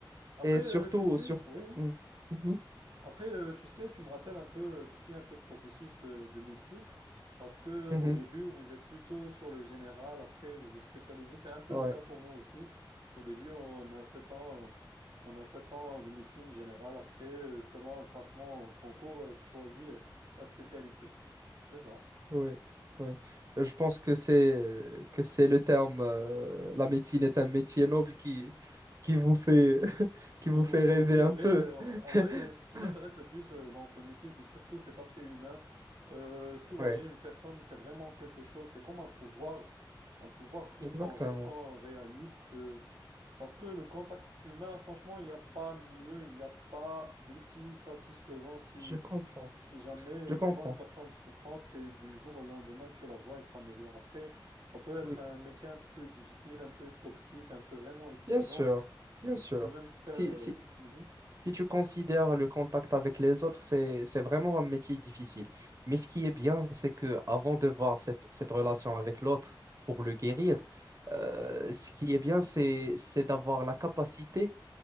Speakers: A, on the right; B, on the right.
A: Après,
B: et surtout,
A: euh, tu sais,
B: sur...
A: oui, oui.
B: Mm. Mhm.
A: Après, euh, tu sais, tu me rappelles un peu euh, tout ce qui est un peu processus euh, de médecine, parce que au
B: Mhm.
A: début, vous êtes plutôt sur le général, après, vous vous spécialisez. C'est un peu
B: Ouais,
A: le cas pour nous aussi. Au début, on a sept ans, on a sept ans de médecine générale. Après, euh, selon un classement au concours, euh, tu choisis euh, ta spécialité. C'est ça.
B: ouais, ouais. Euh, Je pense que c'est que c'est le terme. euh, la médecine est un métier noble qui qui vous fait <laughs> qui
A: et qui
B: vous
A: nous
B: fait
A: fait
B: rêver
A: vibrer.
B: un peu.
A: Euh, En
B: <laughs>
A: vrai, ce qui m'intéresse le plus euh, dans ce métier, c'est surtout cet aspect humain. Euh, soulager
B: Ouais,
A: une personne, c'est vraiment quelque chose, c'est comme un pouvoir, un pouvoir tout
B: exactement.
A: en restant réaliste. euh, Parce que le contact humain, franchement, il n'y a pas mieux, il n'y a pas d'aussi satisfaisant si,
B: Je comprends.
A: si jamais
B: Je comprends.
A: tu vois une personne souffrante et du jour au lendemain, tu la vois, elle s'améliore. Après, ça peut être
B: Oui,
A: un métier un peu difficile, un peu toxique, un peu vraiment épuisant.
B: bien sûr, bien
A: Et
B: sûr.
A: tu peux même faire.
B: Si,
A: euh,
B: si-
A: mhm.
B: Si tu considères le contact avec les autres, c'est, c'est vraiment un métier difficile. Mais ce qui est bien, c'est que avant de voir cette, cette relation avec l'autre pour le guérir, euh, ce qui est bien, c'est, c'est d'avoir la capacité